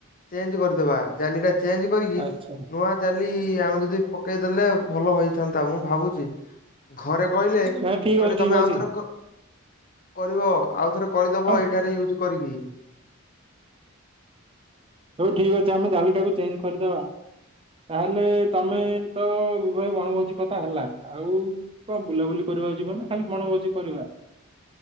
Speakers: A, on the left (about 40°); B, on the right (about 25°).
A: ଚେଞ୍ଜ୍ କରିଦବା ଜାଲିଟା ଚେଞ୍ଜ୍ କରିକି
B: ଆଚ୍ଛା
A: ନୂଆ ଜାଲି ଆମେ ଯଦି ପକେଇଦେଲେ ଭଲ ହେଇ ଥାନ୍ତା ମୁଁ ଭାବୁଛି ଘରେ କହିଲେ
B: ନାଇଁ ଠିକ
A: କହିଲେ
B: ଅଛି ଠିକ
A: ତମେ ଆଉ
B: ଅଛି
A: ଥରେ କ କରିବ ଆଉ ଥରେ କରିଦବ
B: ହଁ
A: ଏଇଟାରେ ୟୁଜ୍ କରିକି।
B: ହଉ ଠିକ୍ ଅଛି ଆମେ ଜାଲିଟାକୁ ଚେଞ୍ଜ୍ କରିଦେବା। ତାହେଲେ ତମେ ତ ଉଭୟ ବଣଭୋଜି କଥା ହେଲା ଆଉ କଣ ବୁଲାବୁଲି କରିବାକୁ ଯିବା ନା କାଲି ବଣ ଭୋଜି କରିବା?